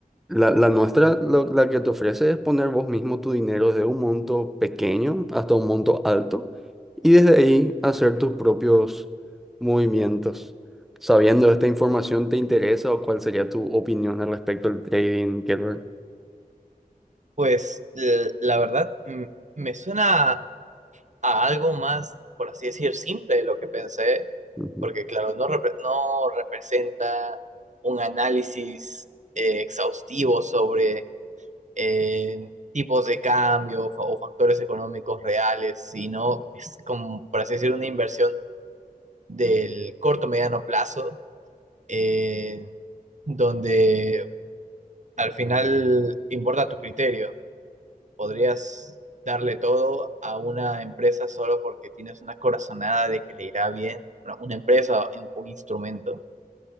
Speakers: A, in the centre; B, on the right.
A: la, la nuestra, lo- la que te ofrece es poner vos mismo tu dinero desde un monto pequeño hasta un monto alto y desde ahí hacer tus propios movimientos. Sabiendo esta información, ¿te interesa o cuál sería tu opinión al respecto del trading, Kelber?
B: Pues l- la verdad mm, me suena a algo más, por así decir, simple de lo que pensé,
A: Ujú.
B: porque claro, no, repre- no representa un análisis eh, exhaustivo sobre eh, tipos de cambio fa- o factores económicos reales, sino es como, por así decir, una inversión del corto mediano plazo, eh, donde al final importa tu criterio podrías darle todo a una empresa solo porque tienes una corazonada de que le irá bien, bueno, una empresa, un, un instrumento.